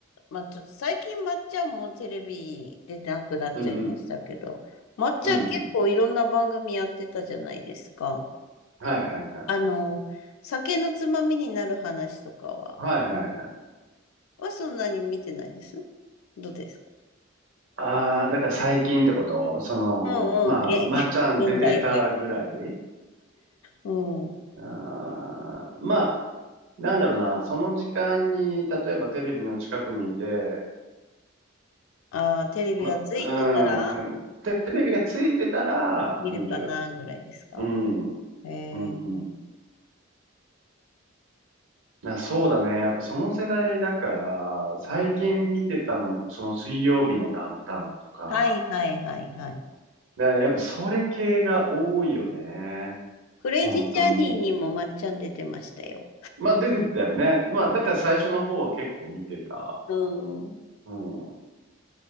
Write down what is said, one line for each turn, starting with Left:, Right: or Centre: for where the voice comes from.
Left: まあ、ちょっと最近まっちゃんもテレビ出てなくなっちゃいましたけど、
Right: うん、うん、うん、
Left: まっちゃん結構いろんな番組やってたじゃないですか。
Right: うん、うん。はいはいはい。
Left: あの、酒のつまみになる話とかは、
Right: はいはいはい。
Left: はそんなに見てないです。どうですか
Right: ああ、だから最近ってことその、
Left: うんうん、
Right: まあ、
Left: げ、
Right: まっちゃん出てたぐらい
Left: げ <laughs> 現代という。うん。
Right: あーまあ、なんだろうな、その時間に、例えばテレビの近くにいて、
Left: ああ、テレビがついてたら
Right: ま、うん、テレビがついてたら見る。
Left: 見るかなぐらいですか
Right: うん、うん、
Left: ええー。
Right: うん。な、そうだね。やっぱその世代だから、最近見てたのも、
Left: あー
Right: その水曜日のダウンタウンとか、
Left: はいはいはいはい。
Right: で、やっぱそれ系が多いよね。
Left: クレイジージャーニーにもまっちゃん出てましたよ。
Right: 本当に。まあ出てたよね。まあだから最初の方は結構見てた。
Left: うん。
Right: うん。